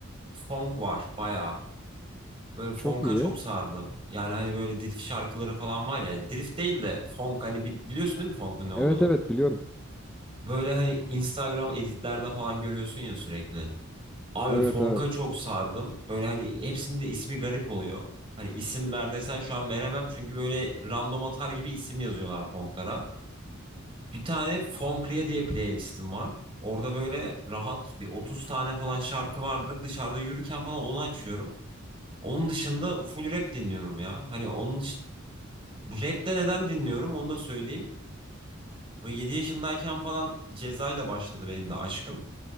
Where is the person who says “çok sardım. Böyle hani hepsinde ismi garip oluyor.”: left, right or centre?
Right